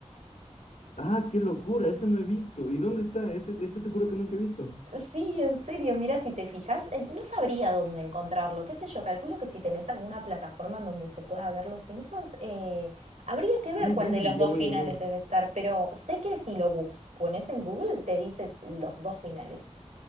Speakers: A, on the left (about 80°); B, on the right (about 80°).
A: Ah, qué locura, ese no he visto. ¿Y dónde está? Ese, ese te juro que nunca he visto.
B: Sí, en serio, mira, si te fijas, eh, no sabría dónde encontrarlo, qué sé yo, calculo que si tenés alguna plataforma en donde se pueda ver Los Simpsons, eh, habría que
A: Sí,
B: ver cuál
A: Disney,
B: de los
A: ya
B: dos
A: voy
B: finales
A: a ver.
B: debe estar, pero sé que si lo bus- pones en Google te dice los dos finales.